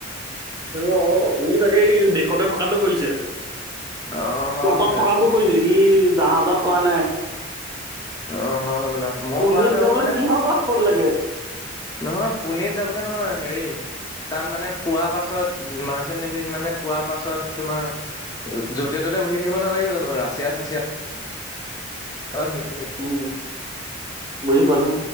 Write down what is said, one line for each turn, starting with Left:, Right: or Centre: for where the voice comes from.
Right: অহ, ই চাগে দেশতে থকাটো কৰিছে।
Left: অ হয়
Right: প্লটত
Left: বোলা
Right: থকাবোৰ কৰিছে সি জাহাজত কৰা নাই।
Left: অ হয় বোলা মই
Right: পুনেত
Left: কৰাটো আকৌ
Right: যাবলৈ
Left: মানে
Right: কিহৰ পাছপোৰ্ট লাগে।
Left: নহয় পুনেত যাবলৈ নহয় হেৰি।। তাত মানে পোৱাৰ পাছত, মাৰ্চেণ্ট নেভিত মানে পোৱাৰ পাছত, তোমাৰ য'তে ত'তে ততে ঘূৰি থাকিব নালাগিব জানোঁ ৰাছিয়া, চাচিয়া? <inaudible>
Right: উম, বুজি পালো